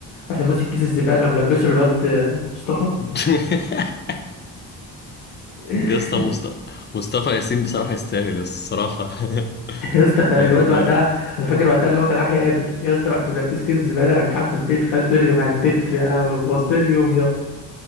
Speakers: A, on the left; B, on the left.
A: رحت ماسك كيس الزباله ملبسه الواد مصطفى
B: <laughs>
A: <laughs>
B: يا اسطى مست- مصطفى ياسين بصراحة يستاهل يا اسطى الصراحة <laughs>
A: يا اسطى خ- الواد
B: يعني ما...
A: وقتها انا فاكر وقتها ان هو كان راح يقابل يا اسطى رحت ملبسه كيس الزباله رجعته البيت خليته يلغي مع البت يا لهوي بوظت لي اليوم يا